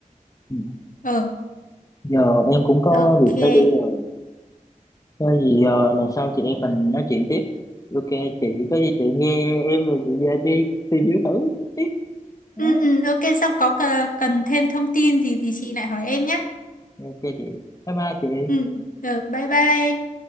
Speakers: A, on the left; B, on the left.
A: Ừ.
B: ờ,
A: giờ em cũng có
B: ok.
A: việc phải đi rồi có gì ờ, lần sau chị em mình nói chuyện tiếp ok chị có gì chị nghe em rồi chị về chị tìm hiểu thử Đó,
B: Ừ, ừ, ok, xong có cờ- cần thêm thông tin gì thì chị lại hỏi em nhé.
A: ok chị bye bye chị
B: Ừ, ờ, bye bye. anh.